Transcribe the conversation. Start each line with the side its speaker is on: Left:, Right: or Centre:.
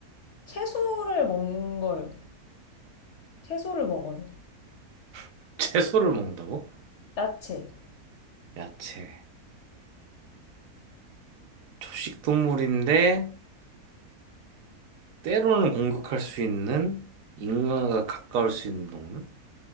Left: 채소를 먹는 거예요. 채소를 먹어요.
Right: <laughs> 채소를 먹는다고?
Left: 야채.
Right: 야채. 초식 동물인데 때로는 공격할 수 있는 인간과 가까울 수 있는 동물?